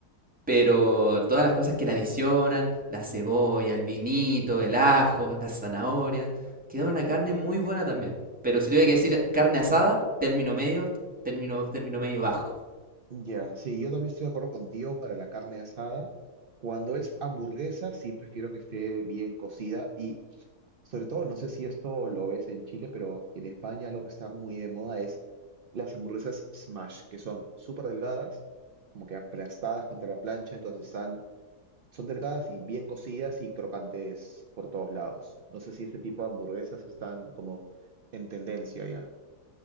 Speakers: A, in the centre; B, on the right.
A: pero todas las cosas que la adicionan, la cebolla, el vinito, el ajo, las zanahorias, queda una carne muy buena también. Pero si tuviera que decir carne asada, término medio, término, término medio bajo.
B: Ya, sí, yo también estoy de acuerdo contigo para la carne asada. Cuando es hamburguesa, sí prefiero que esté bien cocida y Sobre todo, no sé si esto lo ves en Chile, pero en España lo que está muy de moda es las hamburguesas smash, que son súper delgadas, como que aplastadas contra la plancha, entonces están, son delgadas y bien cocidas y crocantes por todos lados. No sé si este tipo de hamburguesas están como en tendencia ya.